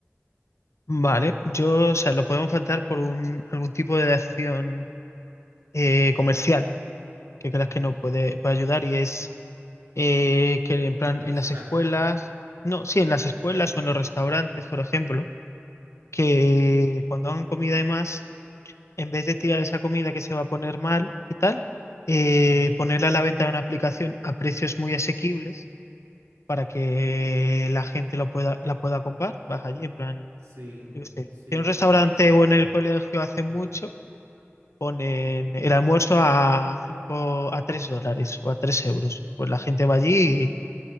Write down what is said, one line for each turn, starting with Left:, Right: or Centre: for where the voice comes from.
Left: Vale, yo, o sea, lo podemos plantear por un, algún tipo de acción eh, comercial que creas
Right: Ujú.
Left: que nos puede, puede ayudar y es eh, que en plan en
Right: Reciclaje.
Left: las escuelas, no, sí, en las escuelas o en los restaurantes,
Right: Ajá.
Left: por ejemplo, que cuando hagan comida y más, en vez de tirar esa comida que se va a poner mal y tal, eh,
Right: ujú.
Left: ponerla a la venta en una aplicación a precios muy asequibles para que
Right: Uh,
Left: la gente lo pueda, la pueda comprar, vas allí en plan
Right: sí,
Left: yo qué sé,
Right: sí,
Left: si en un restaurante
Right: y que...
Left: o en el colegio hace
Right: Ajá.
Left: mucho, ponen
Right: ujú,
Left: el almuerzo a cinco, a 3 dólares o a 3 euros. Pues la gente
Right: ujú.
Left: va allí